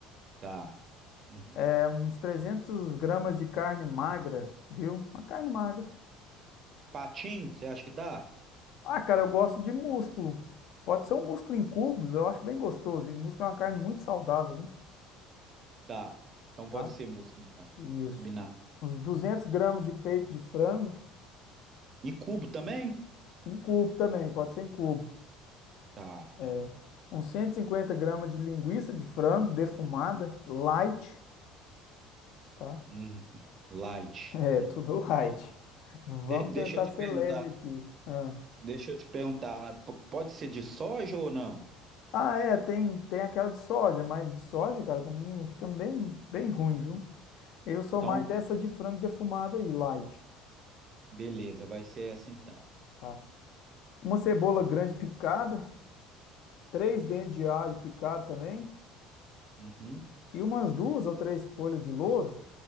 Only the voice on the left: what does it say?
É, uns 300 gramas de carne magra, viu? Uma carne magra.
Ah, cara, eu gosto de músculo. Pode ser um músculo em cubos, eu acho bem gostoso. E músculo é uma carne muito saudável,
tá?
Isso.
Uns 200 gramas de peito de frango
em cubo também, pode ser em cubo.
É, uns 150 gramas de linguiça de frango defumada, light, tá? <laughs>
É,
tudo light. Vamos
tentar
ser
leve aqui. Ah.
Ah, é, tem, tem aquela de soja, mas de soja, cara, também fica bem, bem ruim, viu? Eu sou
mais essa de frango defumado aí, light,
tá? Uma cebola grande picada, três dentes de alho picado também,
e umas duas ou três folhas de louro,